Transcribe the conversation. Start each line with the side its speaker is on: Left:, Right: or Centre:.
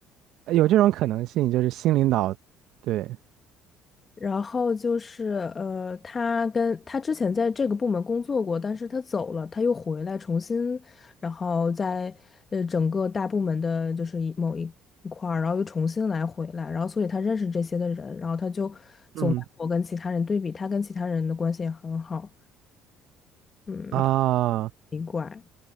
Right: 有这种可能性，就是新领导，对，
Left: 然后就是呃，他跟他之前在这个部门工作过，但是他走了，他又回来重新，然后在呃整个大部门的就是一某一一块儿，然后又重新来回来，然后所以他认识这些的人，然后他就总拿我跟其他人对比，
Right: 嗯，
Left: 他跟其他人的关系也很好，嗯，
Right: 啊，
Left: 奇怪，